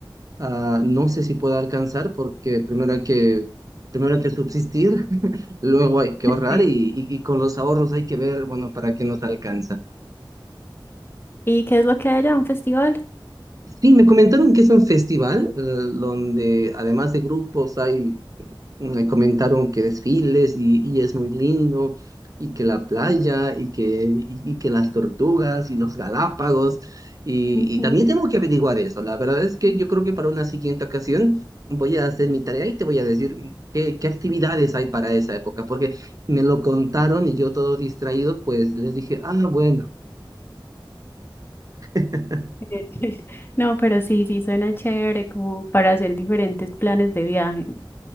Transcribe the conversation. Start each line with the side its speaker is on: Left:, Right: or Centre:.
Right: Ah, no sé si pueda alcanzar porque primero hay que, primero hay que subsistir, <laughs> luego hay que ahorrar
Left: Sí.
Right: y, y- y con los ahorros hay que ver, bueno, para qué nos alcanza.
Left: ¿Y qué es lo que hay allá? ¿Un festival?
Right: Sí, me comentaron que es un festival eh, donde además de grupos hay Me comentaron que desfiles y, y es muy lindo, y que la playa, y que, y, y que las tortugas y los Galápagos, y,
Left: Ujú.
Right: y también tengo que averiguar eso. La verdad es que yo creo que para una siguiente ocasión voy a hacer mi tarea y te voy a decir qué, qué actividades hay para esa época, porque me lo contaron y yo todo distraído, pues les dije, ah, bueno. <laughs>
Left: <laughs> No, pero sí, sí, suena chévere como para hacer diferentes planes de viaje.